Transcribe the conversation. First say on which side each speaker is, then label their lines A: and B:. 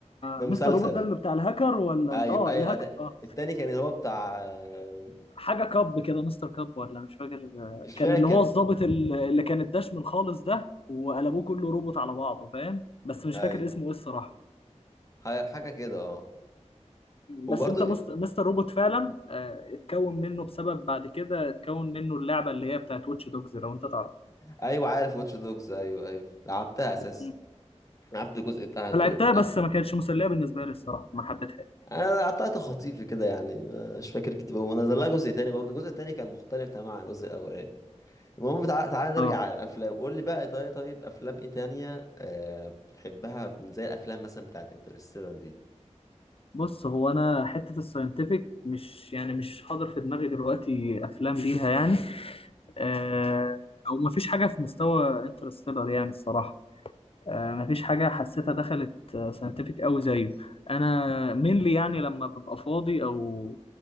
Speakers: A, on the left; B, on the left.
A: ده
B: مستر
A: مسلسل
B: روبوت ده اللي بتاع الهاكر ولا
A: ايوه
B: ال- اه
A: ايوه
B: الهاكر
A: أت-
B: اه
A: التاني كان اللي هو بتاع آه،
B: حاجة كاب كده مستر كاب ولا مش فاكر آه،
A: مش
B: كان
A: فاكر
B: اللي هو الضابط ال- اللي كان الدشم الخالص ده وقلبوه كله روبوت على بعضه فاهم بس مش
A: ايوه
B: فاكر اسمه ايه الصراحة
A: ح- حاجة كده اه وبرضو
B: بس انت مست- مستر روبوت فعلا آه، اتكون منه بسبب بعد كده اتكون منه اللعبه اللي هي بتاعت واتش دوجز لو انت تعرف
A: ايوه عارف واتش دوجز ايوه ايوه لعبتها اساسا
B: مم.
A: لعبت الجزء بتاع
B: انا لعبتها
A: بتاع
B: بس ما كانتش مسليه بالنسبه لي الصراحه ما حبيتهاش
A: انا قطعت خطيفي كده يعني ما- مش فاكر كتير ونزل لها جزء تاني برضو الجزء التاني كان مختلف تماما عن الجزء الاولاني المهم تعالى تعال نرجع
B: اه
A: على الافلام قول لي بقى طيب طيب طيب، افلام ايه تانية آه بتحبها زي الافلام مثلا بتاعت انترستيلر دي
B: بص هو انا حته الساينتفك مش يعني مش حاضر في دماغي دلوقتي افلام ليها يعني آه او ما فيش حاجه في مستوى انترستيلر يعني الصراحه آه، مفيش حاجة حسيتها دخلت ساينتفك أوي زيه أنا mainly يعني لما ببقى فاضي أو